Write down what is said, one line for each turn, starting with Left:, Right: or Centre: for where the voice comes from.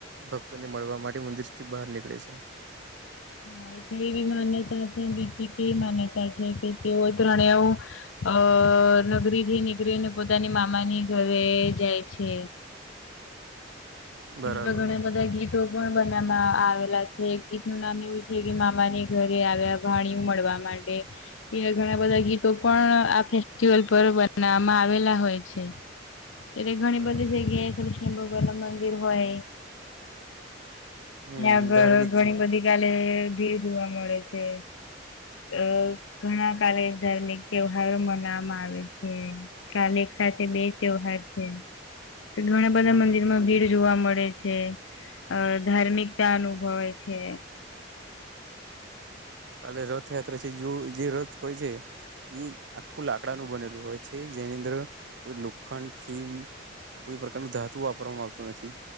Right: ભક્તોને મળવા માટે મંદિર થી બહાર નીકળે છે.
Left: હા એ એવી માન્યતા છે બીજી કેવી માન્યતા છે કે તેઓ ત્રણે. અ નગરી થી નીકળીને પોતાની મામાની ઘરે જાય છે.
Right: બરાબર
Left: એ ગણાગ તો. બનાવામાં આવેલા છે ગીત નું નામ એવું છે કે મામાની ઘરે આવ્યા. વાણીું મળવા માટે. એ ઘણા બધા ગીતો પણ આ ફેસ્ટિવલ પર બનાવામાં આવેલા હોય છે. એ્યારે ઘણી
Right: બરાબર
Left: બધી જગ્યાએ કૃષ્ણ ભગવાન ના મંદિર હોય.
Right: હમ
Left: ્યાંગળ
Right: ધાર્મિક
Left: ઘણી
Right: છે
Left: બધી કાલે ભી જોવા મળે છે. અ ઘણા કારે ધાર્મિક તહેવારો મનાવામાં આવે છે. કાલે એક સાથે બે ત્યવાર છે. ઘણા બધા
Right: હા
Left: મંદિરમાં ભીડ જોવા મળે છે અ. ધાર્મિકતા અનુભવે છે.
Right: કાલે રથયાત્રા છે જો જે રથ હોય છે. એ આખું લાકડાનુંું બનેલું હોય છે જેની અંદર કોઈ લોખંડ ખીલ. કોઈ પ્રકારનું ધાતુ વાપરવામાં આવતું નથી.